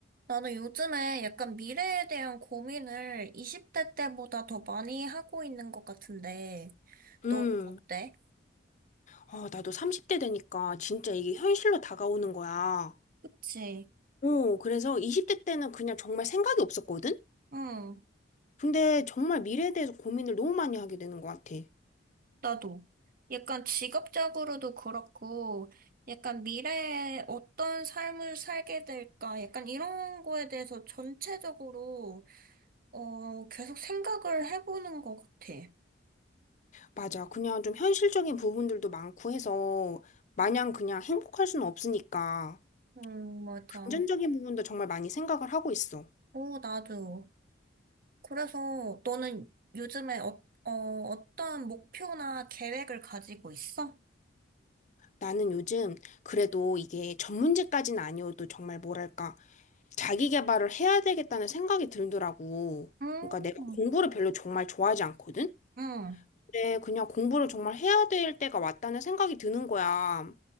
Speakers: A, on the right; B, on the left.
A: 나는 요즘에 약간 미래에 대한 고민을 20대 때보다 더 많이 하고 있는 것 같은데,
B: 음,
A: 너 어때?
B: 아, 나도 30대 되니까 진짜 이게 현실로 다가오는 거야.
A: 그치?
B: 어, 그래서 20대 때는 그냥 정말 생각이 없었거든?
A: 응,
B: 근데 정말 미래에 대해서 고민을 너무 많이 하게 되는 것 같아.
A: 나도. 약간 직업적으로도 그렇고, 약간 미래에 어떤 삶을 살게 될까, 약간 이런 거에 대해서 전체적으로, 어, 계속 생각을 해보는 것 같아.
B: 맞아. 그냥 좀 현실적인 부분들도 많고 해서 마냥 그냥 행복할 수는 없으니까
A: 음, 맞아.
B: 금전적인 부분도 정말 많이 생각을 하고 있어.
A: 오, 나도. 그래서 너는 요즘에 어, 어, 어떤 목표나 계획을 가지고 있어?
B: 나는 요즘 그래도 이게 전문직까지는 아니어도 정말 뭐랄까. 자기 개발을 해야 되겠다는 생각이 들더라고.
A: 음,
B: 그러니까 내가 공부를 별로 정말 좋아하지 않거든?
A: 응,
B: 근데 그냥 공부를 정말 해야 될 때가 왔다는 생각이 드는 거야.